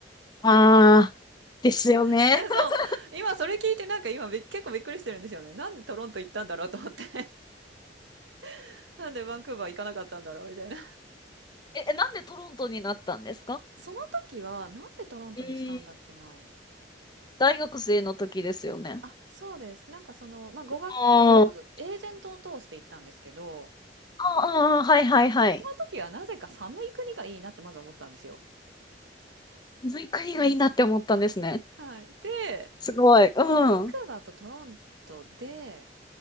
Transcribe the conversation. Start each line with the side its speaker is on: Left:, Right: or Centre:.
Left: あー、ですよね。
Right: <laughs> で、
Left: <laughs>
Right: そう、今それ聞いてなんか今び結構びっくりしてるんですよね。なんでトロント行ったんだろうと思って。<laughs> なんでバンクーバー行かなかったんだろうみたいな。
Left: え、えなんでトロントになったんですか
Right: その時はなんでトロントにしたんだっけな。
Left: うーん。大学生の時ですよね。
Right: あ、そうです。なんかその、まあ、語学エージェントを通して行ったんですけど、
Left: あーああ、あーはいはいはい。
Right: その時はなぜか寒い国がいいなってまず思ったんですよ。
Left: ずういう国がいいなって思ったんですね。
Right: はい。で、
Left: すごい。うん。
Right: バンクーバーとトロントで、
Left: う